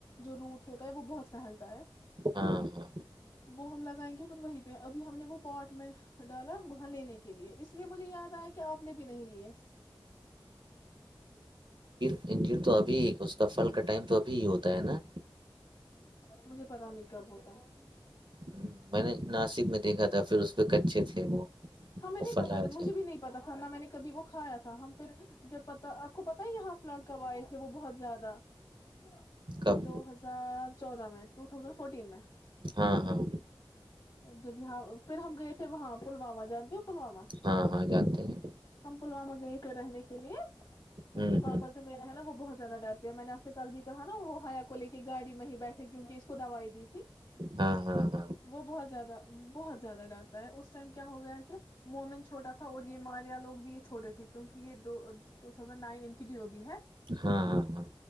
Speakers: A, on the left; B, on the right.
A: جو روٹ ہوتا ہے وہ بہت پھیلتا ہے
B: ہاں ہاں
A: وہ ہم لگائیں گے پھر وہ پہ ابھی ہم نے وہ پاٹ میں ڈالا لینے کے لیے اس لیے مجھے یاد آیا کہ آپ نے بھی نہیں لیے
B: انجن تو ابھی اس کا پھل کا ٹائم تو ابھی ہی ہوتا ہے نا
A: ج مجھے پتا نہیں کب ہوتا ہے
B: ہوں، میں نے ناسک میں دیکھا تھا پھر اس پہ کچے تھے وہ
A: ہمیں
B: وہ
A: نہیں
B: فلا
A: پتا تھا مجھے
B: تھے
A: بھی نہیں پتا تھا نہ میں نے کبھی وہ کھایا تھا ہم پھر جب پتا آپ کو پتا ہے یہاں پ لڑکب آئے تھے وہ بہت زیادہ اچھا
B: کب
A: دو ہزار چودہ میں ٹو تھاؤزینڈ فورٹین میں
B: ہاں ہاں
A: جب یہاں پھر ہم گئے تھے وہاں پلوامہ جانتے ہو پلوامہ
B: ہاں ہاں جانتے ہیں
A: ہم پلوامہ گئے تھے رہنے کے لیے کیونکی
B: ہوں
A: پاپا
B: ہوں
A: جو میرے ہے نا وہ بہت زیادہ ڈرتے ہیں میں نےپ کل بھی کہا نا وہ ہیا کو لے کے گاڑی میں ہی بیٹھے کیونکہ اس کو دوائی دی تھی
B: ہاں ہاں ہاں
A: وہ بہت زیادہ بہت زیادہ ڈرتا ہے اس ٹائم کیا ہو گیا ہے کہ مومن چھوٹا تھا اور یہ ماریا لوگ بھی یہ چھوٹے تھے کیونکہ یہ دو ٹو تھازینڈ نائن ان کی ڈیو بی ہے
B: ہاں ہاں ہاں